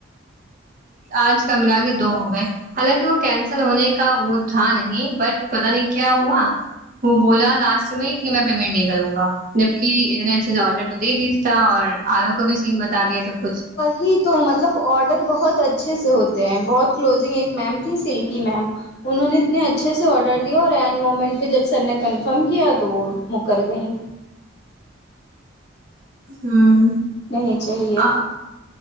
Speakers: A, on the right (about 40°); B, on the left (about 55°).
A: آج کا ملا کے دو ہو گئے حالانکہ وہ کینسل ہونے کا وہ تھا نہیں بٹ پتا نہیں کیا ہوا وہ بولا لاسٹ میں کہ میں پیمنٹ نہیں کروں گا جبکہ اتنے اچھے سے آرڈر تو دے دی تھا اور آرو کا بھی سین بتا دیا سب کچھ
B: ہی تو مطلب آڈر بہت اچھے سے ہوتے ہیں بہت کلوزنگ ایک میم تھی سلکی میم انہوں نے اتنے اچھے سے آڈر دیا اور اینڈ مومنٹ پہ جب سر نے کنفرم کیا تو وہ مکر گئیں
A: ہوں
B: نہیں چاہیے
A: آ